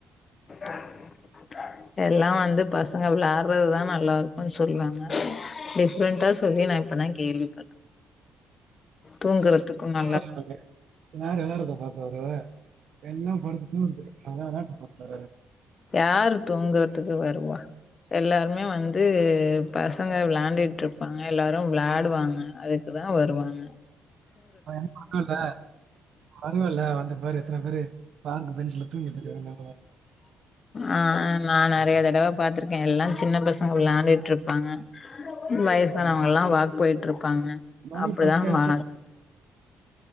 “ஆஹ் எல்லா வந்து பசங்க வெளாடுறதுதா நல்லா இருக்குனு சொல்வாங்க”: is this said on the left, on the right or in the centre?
Left